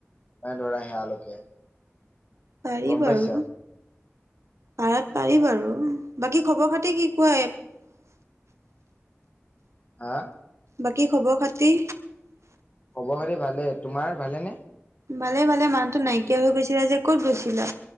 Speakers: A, on the left; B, on the right.
A: মানে ধৰা সেয়ালৈকে।
B: পাৰি
A: গম
B: বাৰু।
A: পাইছা।
B: পাৰাত পাৰি, বাৰু বাকী খবৰ খাতি কি কোৱা, এ,
A: হা?
B: বাকী খবৰ খাতি?
A: খবৰ খাতি ভালে তোমাৰ ভালে নে?
B: ভালে, ভালে মানুহটো নাইকিয়া হৈ গৈছিলা যে, ক'ত গৈছিলা?